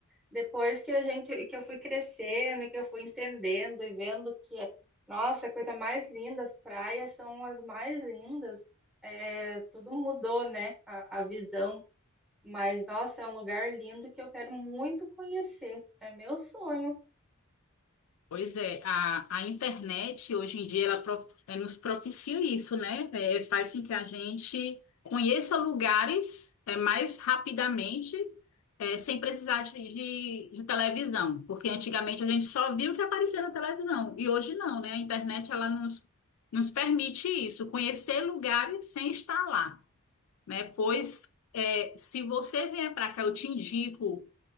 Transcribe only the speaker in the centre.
Depois que a gente, que eu fui crescendo, e que eu fui entendendo e vendo que, é, nossa, a coisa mais linda, as praias são as mais lindas. É, tudo mudou, né? A, a visão. Mas, nossa, é um lugar lindo que eu quero muito conhecer. É meu sonho.